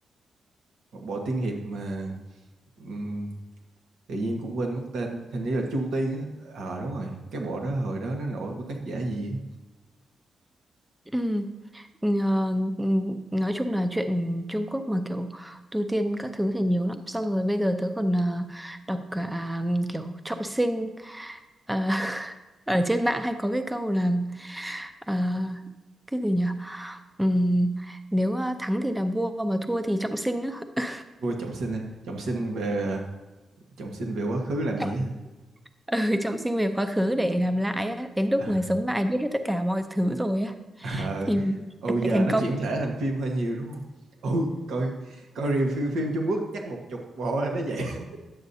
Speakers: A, on the right (about 75°); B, in the centre.
A: một bộ tiên hiệp mà ừm, tự nhiên cũng quên mất tên hình như là Chu Tiên á ờ đúng rồi cái bộ đó hồi đó nó nổi của tác giả gì á
B: Ừ. Ờ, ừ, nói chung là chuyện Trung Quốc mà kiểu tu tiên các thứ thì nhiều lắm xong rồi bây giờ tớ còn ờ, đọc cả ừm, kiểu trọng sinh Ờ, <laughs> ở trên mạng hay có cái câu là ờ, cái gì nhỉ Ừm, nếu ờ, thắng thì làm vua mà thua thì trọng sinh á <laughs>
A: vua Trọng Sinh à? Trọng Sinh về Trọng Sinh về quá khứ làm
B: Trọng-
A: gì á
B: ừ, trọng sinh về quá khứ để làm lại á đến lúc
A: à,
B: mà sống lại biết hết tất cả mọi thứ rồi á
A: ờ
B: thì
A: ừ
B: phải
A: giờ
B: thành
A: nó
B: công
A: chuyển thể thành phim hơi nhiều đúng không ừ coi coi review phim Trung Quốc chắc một chục bộ là nó vậy <laughs>